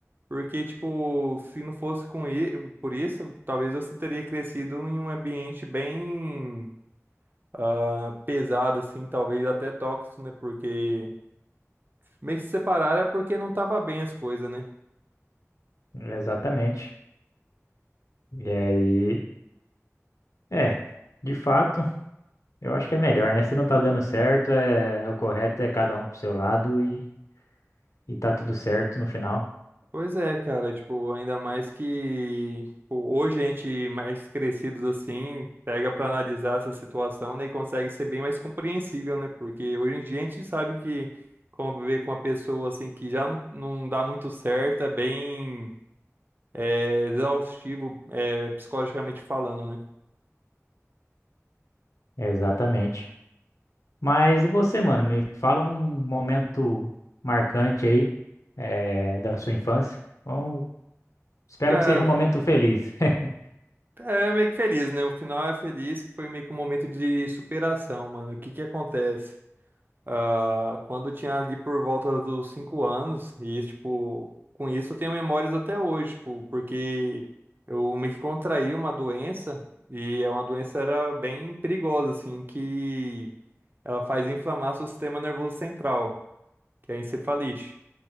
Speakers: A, on the right; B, on the left.
A: porque tipo, se não fosse com i- por isso, talvez você teria crescido em um ambiente bem ah, pesado assim, talvez até tóxico, né? Porque meio que se separaram é porque não tava bem as coisas, né?
B: exatamente. E aí. É, de fato, eu acho que é melhor, né? Se não tá dando certo, é, é o correto é cada um pro seu lado e, e tá tudo certo no final.
A: Pois é, cara, tipo, ainda mais que tipo, hoje a gente mais crescidos assim, pega pra analisar essa situação, né, e consegue ser bem mais compreensível, né? Porque hoje em dia a gente sabe que conviver com uma pessoa assim que já não não dá muito certo é bem é, exaustivo, é, psicologicamente falando, né?
B: É, Exatamente. Mas e você, mano? Me fala um momento marcante aí, é, da sua infância. Bom, espero
A: Cara,
B: que seja um momento feliz. <laughs>
A: é meio que feliz, né? O final é feliz, que foi meio que um momento de superação, mano. O que que acontece? Ah, quando eu tinha ali por volta dos cinco anos, e tipo, com isso eu tenho memórias até hoje, tipo, porque eu meio que contraí uma doença, e é uma doença era bem perigosa, assim, que ela faz inflamar seu sistema nervoso central, que é a encefalite.